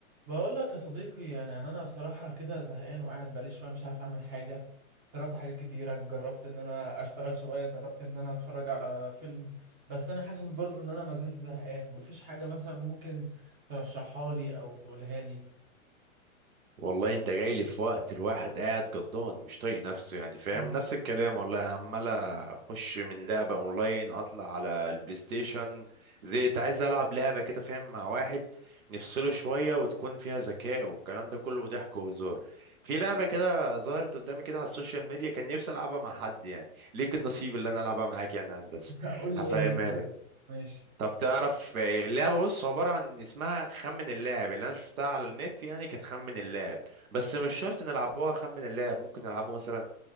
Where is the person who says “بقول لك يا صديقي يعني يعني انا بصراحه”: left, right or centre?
Right